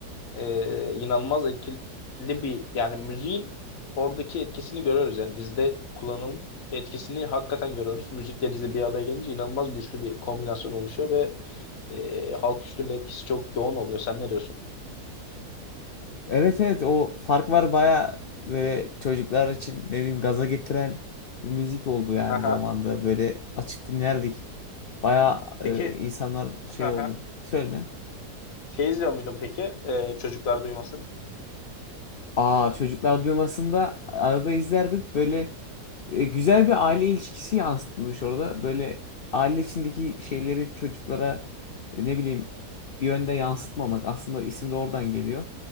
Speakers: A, on the left; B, on the left.
A: e, inanılmaz etkili bir yani müziğin oradaki etkisini görüyoruz yani dizide kullanım etkisini hakikaten görüyoruz. Müzikle dizi bir araya gelince inanılmaz güçlü bir kombinasyon oluşuyor ve e, halk üstünde etkisi çok yoğun oluyor. Sen ne diyorsun?
B: Evet evet o fark var baya böyle çocuklar için ne bileyim gaza getiren bir müzik oldu yani
A: Aha.
B: zamanda. Böyle açıp dinlerdik. Baya e,
A: Peki
B: insanlar şey
A: aha.
B: oldu. Söyle.
A: Şey izliyor muydun peki? Ee, çocuklar duymasın.
B: Aa çocuklar duymasında arada izlerdim. Böyle e, güzel bir aile ilişkisi yansıtılmış orada. Böyle aile içindeki şeyleri çocuklara e, ne bileyim bir yönde yansıtmamak. Aslında isim de oradan geliyor.